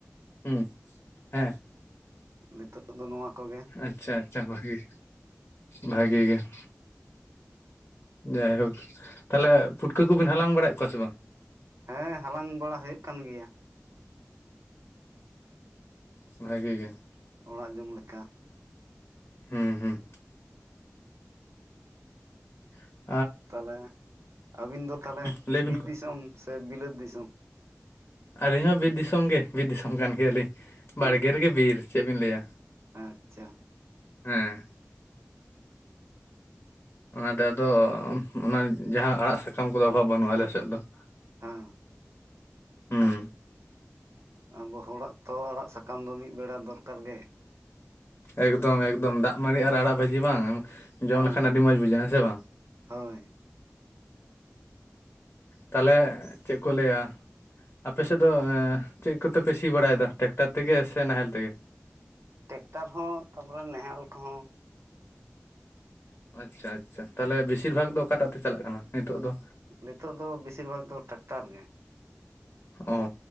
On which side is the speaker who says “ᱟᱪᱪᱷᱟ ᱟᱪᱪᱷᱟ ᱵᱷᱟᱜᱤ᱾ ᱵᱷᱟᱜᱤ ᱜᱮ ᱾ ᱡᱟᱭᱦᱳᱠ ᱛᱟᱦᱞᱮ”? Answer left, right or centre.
Left